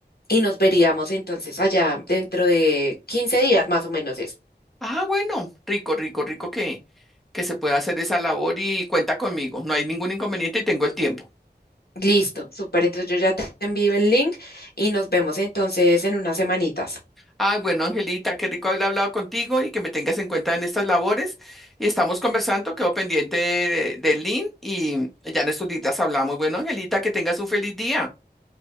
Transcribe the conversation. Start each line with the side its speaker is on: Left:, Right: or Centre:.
Left: y nos veríamos entonces allá dentro de 15 días más o menos es.
Centre: Ah, bueno, rico, rico, rico que, que se pueda hacer esa labor y cuenta conmigo, no hay ningún inconveniente y tengo el tiempo.
Left: Listo, súper. Entonces yo ya te envío el link y nos vemos entonces en unas semanitas.
Centre: Ah, bueno, Angelita, qué rico haber hablado contigo y que me tengas en cuenta en estas labores. Y estamos conversando, quedo pendiente de- del link y ya en estos días hablamos. Bueno, Angelita, que tengas un feliz día.